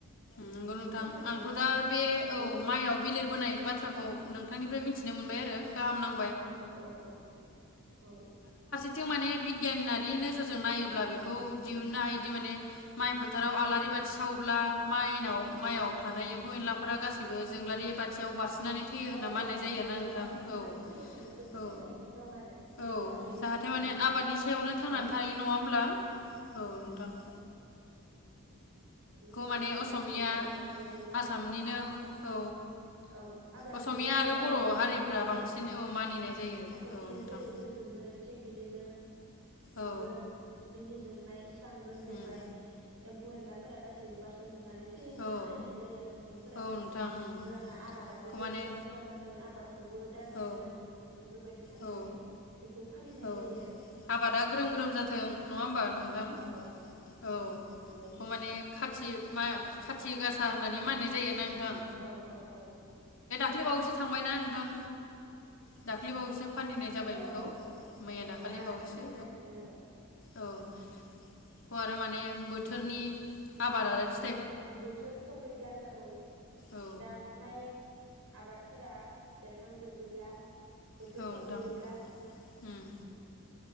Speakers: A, on the left; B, on the right.
A: नंगौ
B: बिनि
A: नोंथां
B: थाखाय माने
A: आंथ' दा बे
B: बेखौ
A: औ माइआव बिलिरबोनाय बाथ्राखौ
B: औ
A: नोंथांनिफ्राय मिथि मिथिनो मोनबाय आरो गाहाम नां
B: औ औ औ औ
A: थथिं माने बिगियानारि नोजोरजों नायोब्ला बेखौ जि उना आदि माने माइ फोथाराव आलारि बाथि सावोब्ला माइनाव माइयाव थानाय एम्फौ एनला फोर गाैबो जोंलारि बथियाव बारसिन बिनानै थैयो होनना
B: औ
A: माननाय
B: औ
A: जायो
B: औ बेयाव
A: ना नोंथां
B: बारसोमनानै
A: औ
B: थैयो होनना मोनसे फोथायनाय
A: औ
B: दं आरो सुबुंफोरा
A: औ
B: बेनि
A: जाहाथे
B: थाखाय
A: माने आबादनि सायावनो थांनानै
B: औ
A: थानाय नङा होमब्ला औ नोंथां <inaudible>
B: बिनि सायावनोसै
A: माने असमिया
B: बेखायनो माने बेवहाय
A: आसामनिनो
B: आ
A: औ
B: औ आबादनि
A: असमिया
B: गेजेराव
A: आरो बर'
B: आलारि बाथि
A: हारिफ्रा
B: सावोब्ला
A: बांसिन औ मानिनाय जायो
B: हाथरखिया
A: औ नोंथां
B: जेरै गोजों जायो थिग बिदिनो बेबो
A: औ
B: बेनि जोंनाय स्रांजों बेवहाय
A: उम
B: एनलाफोरा गासैबो बारसोमजोबनानै थैयो होनना
A: औ
B: फोथायनाय जायो आरो सुबुंफोरा।
A: औ नोंथां उम
B: अब्लाना आबादाबो
A: बेखौ
B: जेबो
A: माने
B: दा खहा जाथों आबादखौबो दाजाथों
A: औ
B: बेफोरबायदि साननानै
A: औ
B: बेखौ फालिनाय
A: औ
B: जायो आरो
A: आबादा ग्रोम ग्रोम जाथों नङा होमबा नोंथां
B: औ औ
A: औ
B: नंगौ
A: बेखौ माने। खाथि मा खाथि गासा होननानै मानिनाय जायो। नोंथां
B: औ औ औ।
A: दाख्लै बावैसो थांबायना नोंथां दाख्लै बावैसो। फालिनाय जाबाय
B: औ
A: बेखौ।
B: औ
A: मैया
B: औ
A: दाखालि
B: दा आरो
A: बावैसो
B: फैफिनगासिनो औ।
A: औ बिखौ आरो माने बोथोरनि आबाद आरो फि
B: बोथोर सफैब्लानो औ
A: औ
B: दा माइ आबादफोरा। गायखांजोबोब्ला। बोथोर
A: औ नोंथां
B: सफैयोब्ला।
A: उम